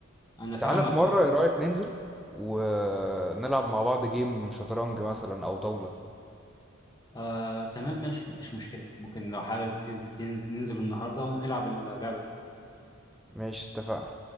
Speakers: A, on the left (about 20°); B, in the centre.
A: أنا فاهمك
B: تعالى في مرة
A: أه
B: ايه رأيك ننزل ونلعب مع بعض جيم شطرنج مثلا او طاولة
A: آه، تمام ماشي مفيش مشكلة ممكن لو حابب تن- تنز- ننزل النهاردة ونلعب اللعبة دي.
B: ماشي اتفقنا